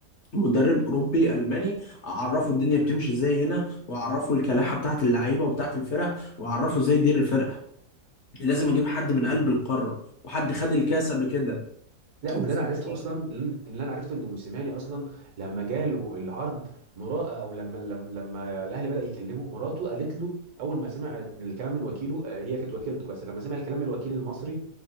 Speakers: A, on the left; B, on the right.
A: مدرب اوروبي الماني اعرفه الدنيا بتمشي ازاي هنا واعرفه الكلاحه بتاعت اللعيبه وبتاعت الفرق واعرفه ازاي يدير الفرقه لازم اجيب حد من قلب القاره وحد خد الكاس قبل كده
B: لا
A: موسيماني
B: واللي انا عرفته اصلا اللي انا عرفته ان موسيماني اصلا لما جاله العرض مرا او لما لما لما الاهلي بدا يكلمه مراته قالت له اول ما سمع الكلام من وكيله آه، هي كانت وكيلته بس لما سمع الكلام من الوكيل المصري